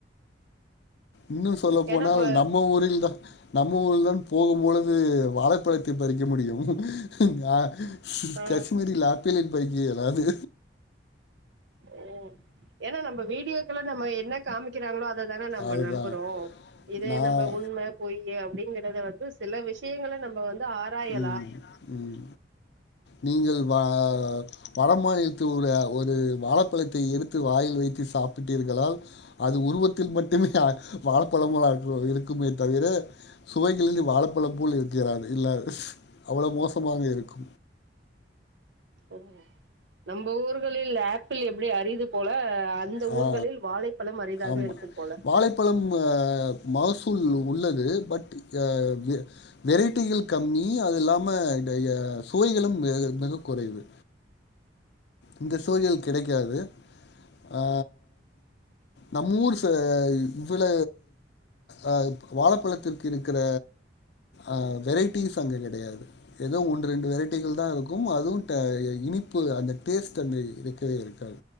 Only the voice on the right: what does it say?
ஏன்னா இப்ப
ஆ
ஓ ஏன்னா நம்ம வீடியோக்கெல்லாம் நம்ம என்ன காமிக்கிறாங்களோ அத தானே நாம
நம்புறோ இத
நம்ப உண்ம பொய் நீங்க அது வந்து சில விஷயங்கள நம்ம வந்து ஆராயலா
ம் நம்ம ஊர்களில் ஆப்பிள் எப்படி அரிது போல அந்த
ஊர்களில் வாழைப்பழம் அரிதாக
இருக்கும் போல